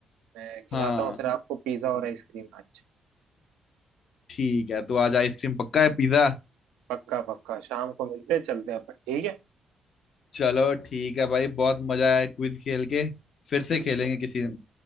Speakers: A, on the right (about 80°); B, on the left (about 60°).
A: मैं खिलाता
B: हाँ
A: हूँ फिर आपको पिज्जा और आइसक्रीम आज
B: ठीक है तो आज आइसक्रीम पक्का है पिज्जा
A: पक्का पक्का शाम को मिलते हैं चलते हैं अपन ठीक है
B: चलो ठीक है भाई बहुत मजा आया क्विज खेल के फिर से
A: बिल्कुल
B: खेलेंगे किसी दिन